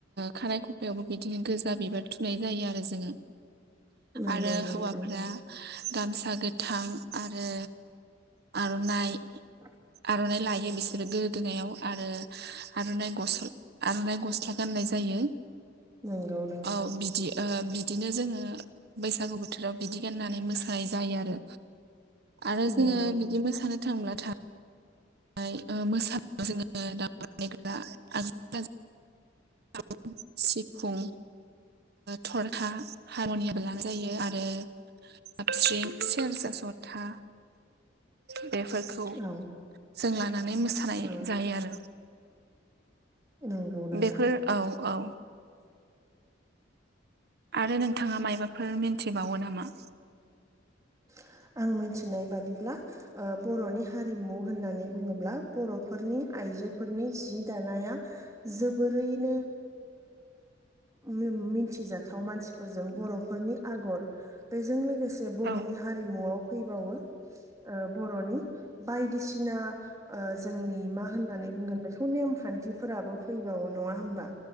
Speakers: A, on the right; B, on the right.
A: खानाय खफायावबो बिदिनो गोजा बिबार थुनाय जायो आरो जोङो
B: नंगौ
A: आरो
B: नोंथां
A: हौवाफोरा गामसा गोथां आरो आर'नाइ
B: <unintelligible>
A: आर'नाय लायो बिसोरो गोदोनायाव आरो आर'नाइ आर'नाइ गस्ला गाननाय जायो
B: नंगौ नोंथां
A: औ बिदि बिदिनो जोङो बैसागु बोथोराव बिदि गाननानै मोसानाय जायो आरो आरो
B: नंगौ
A: जोङो बिदि मोसानो थांब्लाथाय ओमफय मोसानायाव जोङो दांमग्रा देग्रा <unintelligible> सिफुं थरखा हारमुनियाम लानाय जायो आरो आबसिं सेरजा जथा बे फोरफोरखौ
B: औ
A: जों लानानै मोसानाय
B: औ
A: जायो आरो
B: नंगौ नोंथां
A: बेफोर औ औ आरो नोंथाङा मायबाफोर मिथिबावो नामा
B: <unintelligible> आं मिथिनाय बादिब्ला ओ बर'नि हारिमु होननानै बुङोब्ला बर'फोरनि आइजोफोरनि जि दानाया जोबोरैनो ओ मिथिजाथाव मानसिफोरजों बर'फोरनि आगर बेजों लोगोसे बर'नि
A: औ
B: हारिमुआव फैबावो ओ बर'नि बायदिसिना ओ जोंनि मा होननानै बुंगोन बेखौ नेमखान्थिफोराबो फैबा नङा होनबा